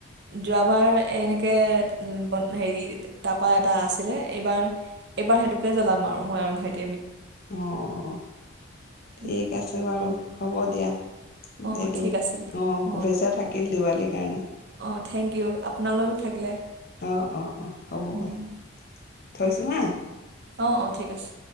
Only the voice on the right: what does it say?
যোৱাবাৰ এনেকে <unintelligible> হেৰি তাপা এটা আছিলে এইবাৰ, এইবাৰ সেইটোকে জ্বলাম আৰু মই আৰু ভাইট
উম,
অ
ঠিক আছে দিয়া
অ
অ থেংক ইউ আপোনালোকো থাকিলে
উম,
অ', অ', ঠিক আছে।